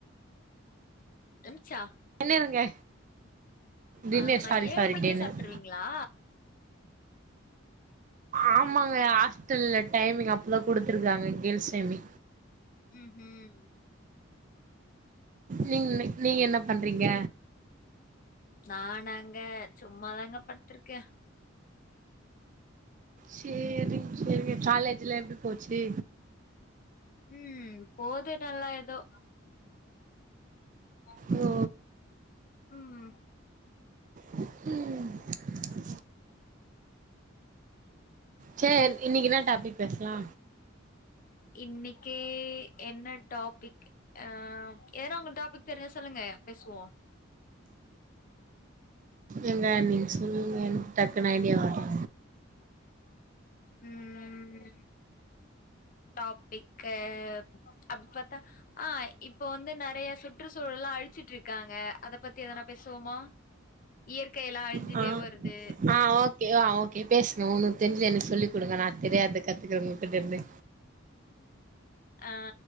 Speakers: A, on the left; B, on the right.
A: லன்ச்சா
B: டின்னருங்க டின்னர்
A: ஆஹா
B: சாரி
A: ஏழு
B: சாரி
A: மணிக்கே
B: டின்னர்
A: சாப்பட்டுருவீ ங்களா
B: ஆமாங்க ஹாஸ்டல்ல டைமிங் அப்டிதா குடுத்துருக்காங்க கேள்ஸ் டைமி
A: ம்ஹூம்
B: நீங் நீங்க என்ன பண்றீங்க
A: நானாங்க சும்மாதாங்க படுத்திருக்கே
B: செரிங் செரிங்க காலேஜ்ல எப்டி போச்சு
A: ம் போது நல்லா ஏதோ ப
B: ஓ
A: ம்
B: ம் சேரி இன்னைக்கி என்னா டாபிக் பேசலா
A: இன்னைக்கி என்ன டாபிக் ஆ ஏதனா உங்க டாபிக் தெரிஞ்சா சொல்லுங்க பேசுவோ
B: ஏங்க நீங்க சொல்லுங்க எனக்கு டக்குன்னு ஐடியா வரல
A: ம் டாபிக்கு அப்டி பாத்தா ஆ இப்போ வந்து நெறைய சுற்றுச்சூழல்லா அழிச்சிட்டு இருக்காங்க அத பத்தி எதனா பேசுவோமா இயற்கை எல்லா அழிஞ்சிட்டே
B: ஆ
A: வருது
B: ஆ ஓகே அ ஓகே பேசுங்க ஒன்னு தெரிஞ்ச எனக்கு சொல்லிக் குடுங்க நா தெரியாது கத்துக்குறே உங்ககிட்ட இருந்து
A: ஆ